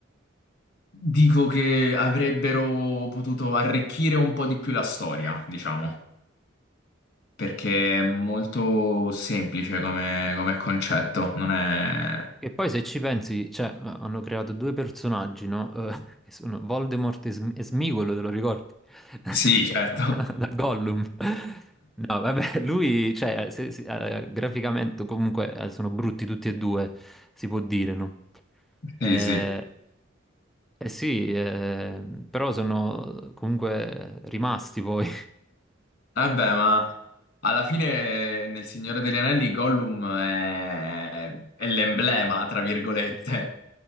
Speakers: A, on the left; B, in the centre.
A: Dico che avrebbero potuto arricchire un po' di più la storia, diciamo, perché è molto semplice come, come concetto, non è...
B: E poi se ci pensi, cioè, eh, hanno creato due personaggi, no? Eh, <laughs> che sono Voldemort e, Sm- e Smigolo, te lo ricordi? <laughs>
A: Sì, certo.
B: Da
A: <laughs>
B: Gollum. No, vabbè, <laughs> lui, cioè, se- se- eh, graficamente comunque eh, sono brutti tutti e due, si può dire, no? Eh,
A: Sì, sì.
B: eh sì, eh, però sono comunque rimasti poi.
A: Vabbè, ma alla fine nel Signore degli Anelli Gollum è, è l'emblema, tra virgolette.
B: <laughs>